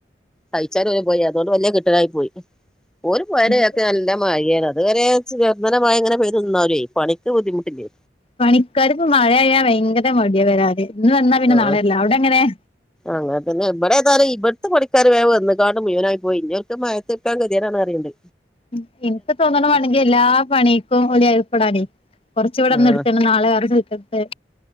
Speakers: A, in the centre; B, on the left.
A: കഴിച്ചാലു പോയി അതുകൊണ്ട് വലിയ കിട്ടലായി പോയി ഓല് പോയേന്റെ
B: ഇഞ്ഞിപ്പോ
A: ബാക്കിൽ നല്ല മഴയാണ് അത് വരെ ചേറുതനേ മഴ പെയ്ത്ങ്ങനെനിന്നാലുവേ പണിക്ക് ബുദ്ധിമുട്ടില്ലേ
B: പണിക്കാരിപ്പോ മഴയായാ ഭയങ്കര മടിയാ വരാന് ഇന്ന് വന്നാ പിന്നെ
A: ആഹ്
B: നാളെ വരില്ല അവിടെങ്ങനെയാ
A: അങ്ങനെ പിന്നെ ഇവിടെ ഏതാലും ഇവിടത്തെ പണിക്കാര് വേഗം വന്നക്കാണ്ട് മുഴുവനായി പോയി <unintelligible> കേടാണറീണ്ട്
B: ഉം ഇപ്പൊ തോന്നണ് വേണെങ്കിൽ എല്ലാ പണിക്കും ഓല് ഏർപ്പെടാന് കൊറച്ച് ഇവിടൊന്ന്
A: ആഹ്
B: എടുത്ത് നാളെ വേറെ സ്ഥലത്ത് എടുത്ത്